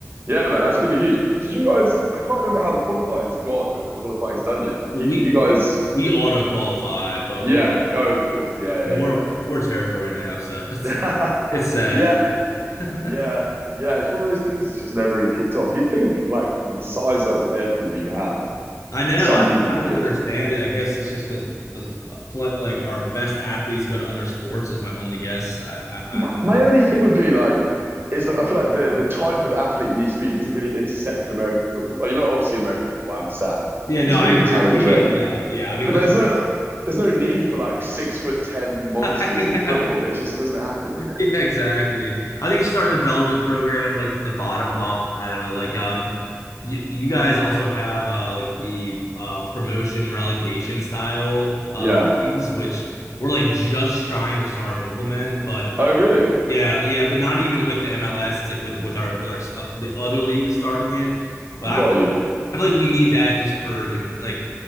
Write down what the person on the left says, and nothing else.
well,
we
we, we auto qualify, but
we're
but we're we're terrible right now, so <laughs> it's
it's sad.
<laughs>
I know.
I,
I don't
understand it. I guess it's just because like our best athletes go to other sports is my only guess. I, I, I,
I
don't-
yeah, no,
I
agree.
<laughs> Yeah, yeah. I mean,
the,
<laughs> I
know.
Yeah, exactly. I think it's just our development program, like from the bottom up. I don't know. Like, um, you, you guys also have uh like the uh promotion relegation style uh
leagues, which we're like just trying to start implement, but.
Yeah, yeah, but not even with the MLS. It's like with with our with our uh, the other league is starting it, but
I,
I feel like we need that just for com like